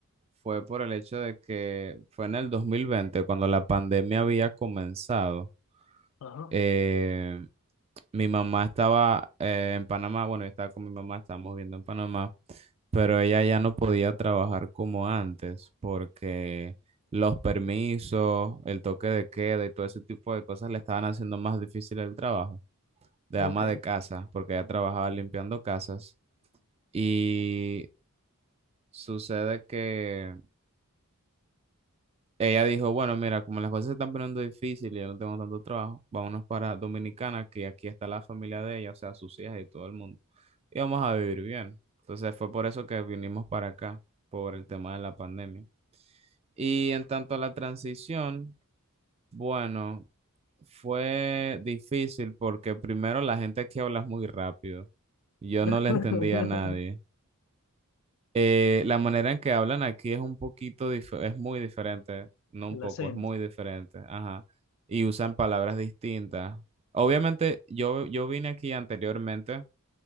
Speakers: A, on the right; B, on the left.
A: fue por el hecho de que fue en el 2020 cuando la pandemia había comenzado.
B: ajá,
A: Eh, mi mamá estaba eh, en Panamá, bueno, yo estaba con mi mamá, estábamos viendo en Panamá, pero ella ya no podía trabajar como antes porque los permisos, el toque de queda y todo ese tipo de cosas le estaban haciendo más difícil el trabajo de
B: ok.
A: ama de casa, porque ella trabajaba limpiando casas y sucede que Ella dijo, bueno, mira, como las cosas se están poniendo difíciles, y yo no tengo tanto trabajo, vámonos para Dominicana, que aquí está la familia de ella, o sea, sus hijas y todo el mundo. Y vamos a vivir bien. Entonces fue por eso que vinimos para acá, por el tema de la pandemia. Y en tanto a la transición, bueno, fue difícil porque primero la gente aquí habla muy rápido. Yo
B: <laughs>
A: no le entendía a nadie. Eh, la manera en que hablan aquí es un poquito, dif- es muy diferente, no un
B: El
A: poco,
B: acento.
A: es muy diferente, ajá, y usan palabras distintas. Obviamente, yo, yo vine aquí anteriormente